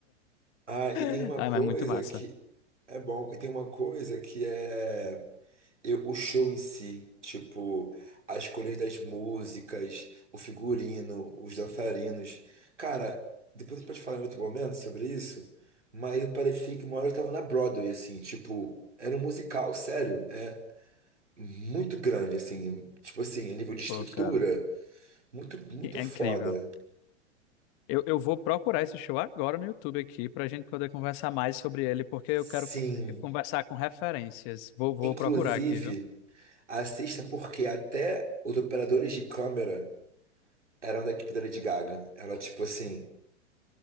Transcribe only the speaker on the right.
Ah,
e tem uma
coisa
que é bom, e tem uma coisa que é eu- o show em si, tipo, as escolhas das músicas, o figurino, os dançarinos. Cara, depois a gente pode falar em outro momento sobre isso, mas eu parecia que uma hora eu tava na Broadway, assim, tipo, era um musical, sério, é muito grande, assim, tipo assim, a nível de estrutura,
muito, muito
foda.
Sim.
Inclusive,
assista porque até os operadores de câmera eram da equipe da Lady Gaga. Ela, tipo assim,